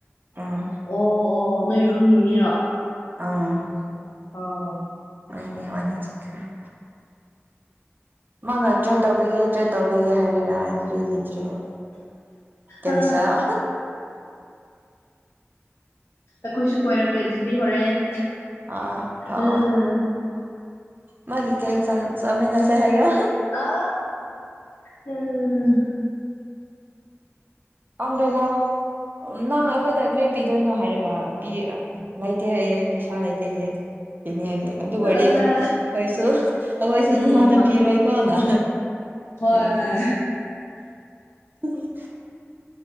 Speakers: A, on the right; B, on the left.
A: ꯎꯝ
B: ꯑꯣ ꯑꯣ ꯅꯣꯏ ꯔꯨꯝꯒꯤ ꯃꯤꯔꯥ
A: ꯑ
B: ꯑꯥ
A: <unintelligible> ꯃꯥꯅ ꯇ꯭ꯔꯦꯠ ꯇꯧꯕꯤꯒꯦ ꯇ꯭ꯔꯦꯠ ꯇꯧꯕꯤꯒꯦ ꯍꯥꯏꯔꯒ ꯀꯔꯤ ꯂꯩꯇ꯭ꯔꯤꯕ ꯀꯦꯟꯁꯦꯜ
B: ꯑ ꯑꯩꯈꯣꯏꯁꯨ ꯀꯣꯏꯔꯛꯀꯦ ꯑꯗꯨꯗꯤ ꯍꯣꯔꯦꯟ
A: ꯑꯥ ꯂꯥꯛꯑꯣ
B: ꯎꯝ
A: ꯃꯥꯒꯤ ꯀꯦ ꯆꯥ ꯆꯥꯃꯤꯟꯅꯁꯦ ꯍꯥꯏꯌꯣ
B: ꯑ ꯎꯝ
A: ꯑꯪꯗꯦꯗꯥ ꯅꯪ ꯑꯩꯈꯣꯏꯗ ꯀ꯭ꯔꯤ ꯄꯤꯗꯣꯏꯅꯣ ꯍꯥꯏꯔꯒ ꯄꯤ ꯂꯩꯇꯦ ꯍꯥꯏꯌꯦ ꯄꯩꯁꯥ ꯂꯩꯇꯦ ꯍꯥꯏꯌꯦ ꯄꯤꯅꯤꯉꯥꯏꯒꯤ ꯑꯗꯨ ꯑꯣꯏꯔꯗꯤ
B: ꯑꯜꯂ
A: ꯅꯪ ꯈꯣꯏꯁꯨ ꯑꯈꯣꯏꯁꯨ
B: ꯎꯝ
A: ꯅꯪꯉꯣꯟꯅ
B: ꯍꯣꯏ
A: ꯄꯤꯔꯣꯏꯀꯣꯅ
B: ꯍꯣꯏ
A: ꯍꯥꯏꯕꯅꯦꯕ
B: ꯍꯣꯏ
A: <inaudible>